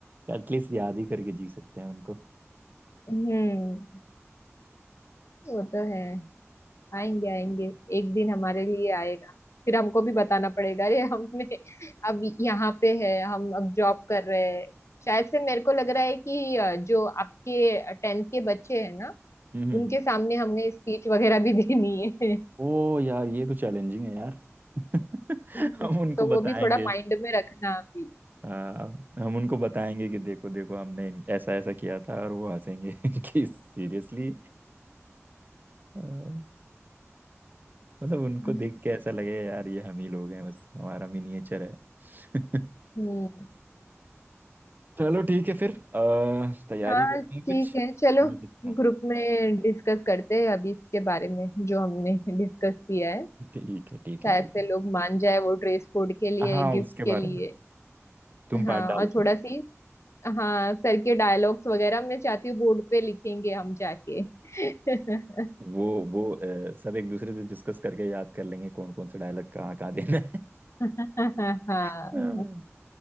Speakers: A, on the right; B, on the left.
A: एटलीस्ट याद ही करके जी सकते हैं उनको
B: हम्म वो तो है आएंगे आएंगे एक दिन हमारे लिए आएगा फिर हमको भी बताना पड़ेगा अरे हमने अब यहाँ पे है हम अब जॉब कर रहे हैं शायद से मेरे को लग रहा है कि अ, जो आपके टेंथ के बच्चे हैं ना
A: हम्म हम्म,
B: उनके
A: हम्म।
B: सामने हमने स्पीच वगैरह भी <laughs> देनी है
A: ओ यार ये तो चैलेंजिंग है यार <laughs>
B: हम्म,
A: हम उनको
B: तो
A: बताएंगे
B: वो भी थोड़ा माइंड में रखना अभी
A: आ, हम उनको बताएंगे कि देखो देखो हमने इन- ऐसा ऐसा किया था और वो हंसेंगे <laughs> कि सीरियसली मतलब उनको
B: हम्म
A: देख के ऐसा लगे यार ये हम ही लोग हैं बस हमारा मिनिएचर है <laughs>
B: हम्म।
A: चलो ठीक है फिर आ, तैयारी
B: हाँ
A: करते
B: ठीक
A: हैं कुछ
B: है चलो
A: मैं देखता हूँ
B: ग्रुप में डिस्कस करते हैं अभी इसके बारे में जो हमने डिस्कस किया है
A: ठीक है ठीक
B: शायद
A: है ठीक
B: से
A: है
B: लोग मान जाए वो ड्रेस कोड के लिए
A: हाँ
B: गिफ्ट
A: उसके
B: के
A: बारे
B: लिए
A: में तुम पार्ट
B: हाँ
A: डालना
B: और थोड़ा सी हाँ सर के डायलॉग्स वगैरह मैं चाहती हूँ बोर्ड पे लिखेंगे हम जाके <laughs>
A: वो वो अ, सब एक दूसरे से डिस्कस करके याद कर लेंगे कौन कौन से डायलॉग कहाँ कहाँ देना है
B: हाँ
A: <laughs> हाँ।